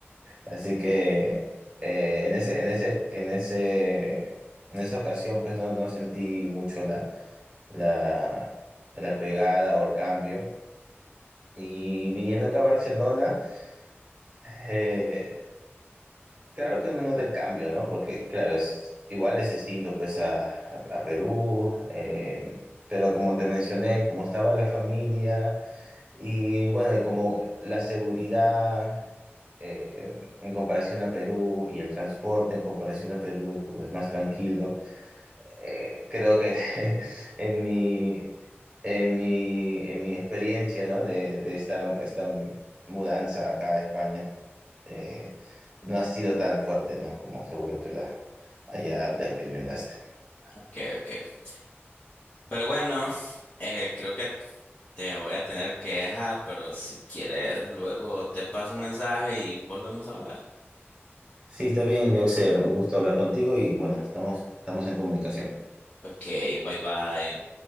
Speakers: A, on the right; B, on the left.
A: Así que eh, en ese, en ese, en ese, en esa ocasión, pues no, no sentí mucho la, la, la pegada o el cambio. Y viniendo acá a Barcelona, eh, claro que no nota el cambio, ¿no? Porque, claro, es, igual es distinto pues a, a- a Perú, eh, pero como te mencioné, como estaba la familia. Y bueno, y como la seguridad eh, en comparación a Perú y el transporte en comparación a Perú, como es más tranquilo, eh, creo que <laughs> en mi, en mi, en mi experiencia, ¿no? de, de esta, esta mudanza acá a España, eh, no ha sido tan fuerte, ¿no? como seguro tú la, allá la experimentaste.
B: Ok, ok. Pero bueno, eh, creo que te voy a tener que dejar, pero si quieres, luego te paso un mensaje y volvemos a hablar.
A: Sí, está bien, Yoxer, un gusto hablar contigo y bueno, estamos, estamos en comunicación.
B: Ok, bye bye.